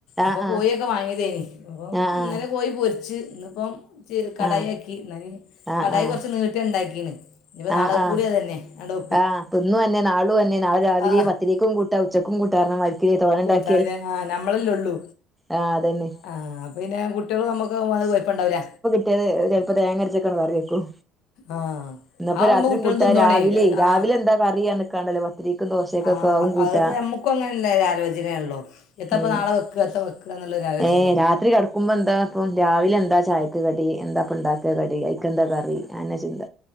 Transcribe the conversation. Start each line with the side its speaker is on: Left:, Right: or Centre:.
Centre: ആഹ്
Left: അപ്പോ കോഴിയൊക്കെ
Centre: ആഹ്
Left: വാങ്ങിയേത്തിന് ഇപ്പോം
Centre: ആഹ്
Left: ഇന്നലെ കോഴി പൊരിച്ച് ഇന്ന് ഇപ്പോ. ചിരുക്കടയിക്കി
Centre: ആഹ്
Left: ഇന്നാനി
Centre: ആഹ്
Left: കടായി
Centre: ആഹ്
Left: കൊറച്ച് നീട്ടി ഇണ്ടാക്കീന് ഇനിപ്പോ
Centre: ആഹ്
Left: നാളെ
Centre: ആഹ്
Left: കൂടെ അതെന്നെ ആടോ
Centre: ആഹ് ഇന്നും അതെന്നെ നാളുയാന്നെ നാളെ രാവിലിം
Left: ആ
Centre: പത്തിരിക്കും കൂട്ടം ഉച്ചക്കും കുട്ടാ എന്ന് പറഞ്ഞമാരിക്ക് ഇനി തോനാണ്ടാക്കി
Left: രാവിലെ ആഹ് നമ്മളാലേള്ളു
Centre: ആഹ് അതന്നെ
Left: ആഹ് പിന്നെ കുട്ടോള് നമ്മക്ക് അത് കൊഴപ്പണ്ടാവില്ല.
Centre: പിറ്റേത് ചെൽപോ തേങ്ങരച്ചക്കാണ് കറി വെക്കും.
Left: ആഹ്
Centre: ഇന്നപ്പോ
Left: അതാവുമ്പോ
Centre: രാത്രിയും
Left: കുട്ടേള്
Centre: കൂട്ടാ
Left: തിന്നോളോ
Centre: രാവിലെ
Left: ഏ
Centre: രാവിലെ
Left: ആ
Centre: എന്താ കറിയർഞ്ഞ്ക്കാണ്ടല്ലോ പത്തിരിക്കും ദോശക്കൊക്കെ
Left: ആഹ്
Centre: അതും
Left: ആ
Centre: കൂട്ടാ
Left: അത് ഇപ്പോ നമുക്കും അങ്ങനെയുള്ള ആലോചനയാണല്ലോ. ഏത്തപ്പോ
Centre: ഉം
Left: നാളെ വെക്ക ഏത്ത വെക്ക എന്നൊരു ആലോചനയില
Centre: ഏഹ് രാത്രി കടക്കുബോ എന്താപ്പോ രാവിലെ എന്താ ചായക്കടി എന്താപ്പോ ഇണ്ടാക്ക കറി ആയിക്കെന്താ കറി. അയന്നെ ചിന്ത